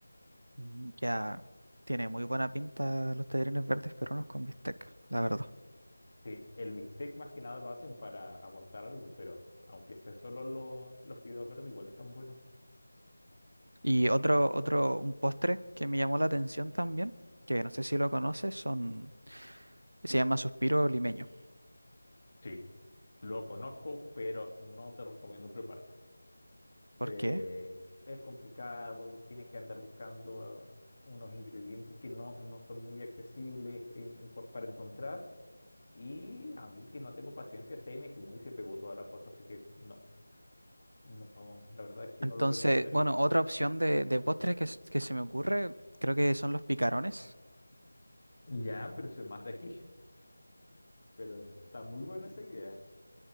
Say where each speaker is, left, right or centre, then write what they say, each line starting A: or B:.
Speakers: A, on the right; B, on the left.
A: Mm, Ya tiene muy buena pinta los tallarines verdes peruanos con bistec, la verdad.
B: Sí, el bistec más que nada lo hacen para aportar algo, pero aunque sea solo lo- los fideos verdes, igual están buenos.
A: Y otro, otro, un postre que me llamó la atención también, que no sé si lo conoces, son, se llama suspiro limeño.
B: Sí, lo conozco, pero no te recomiendo prepararlo.
A: ¿Por
B: eh,
A: qué?
B: es complicado, tienes que andar buscando ah, unos ingredientes que no, no son muy accesibles en- pa- para encontrar. Y a mí que no tengo paciencia, se me quemó y se pegó toda la cosa, así que no, no, la verdad es que
A: Entonces,
B: no lo recomendaría.
A: bueno, otra opción de, de postre que, s- que se me ocurre, creo que son los picarones.
B: Ya, pero eso es más de aquí. Pero está muy buena esa idea.